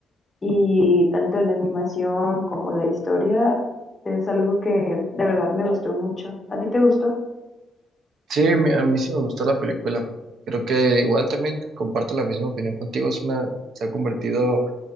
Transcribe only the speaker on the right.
Sí, a mí, a mí sí me gustó la película. Creo que igual también comparto la misma opinión contigo. Es una, se ha convertido